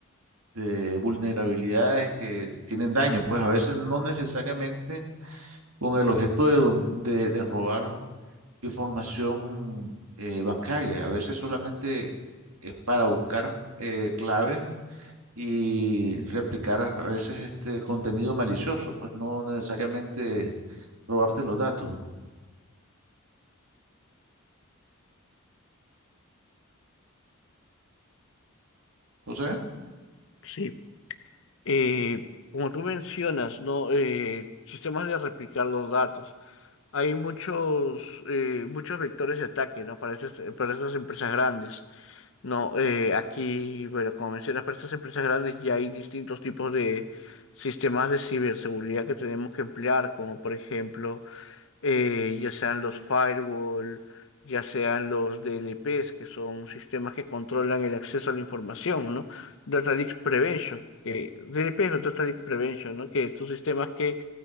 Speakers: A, on the right (about 90°); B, on the left (about 60°).
A: de vulnerabilidades que tienen daño, pues a veces no necesariamente con el objeto de, dom- de, de robar información eh, bancaria, a veces solamente es para buscar eh, claves y replicar a veces este contenido malicioso, pues no necesariamente robarte los datos. O sea,
B: Sí. Eh, como tú mencionas, ¿no? Eh, sistemas de replicar los datos. Hay muchos, eh, muchos vectores de ataque, ¿no? Para estas, eh, para estas empresas grandes, ¿no? Eh, aquí, bueno, como mencionas, para estas empresas grandes ya hay distintos tipos de sistemas de ciberseguridad que tenemos que emplear, como por ejemplo, eh, ya sean los firewall, ya sean los DLPs, que son sistemas que controlan el acceso a la información, ¿no? Data Leak Prevention, que DLP es Data Leak Prevention, ¿no? Que estos sistemas que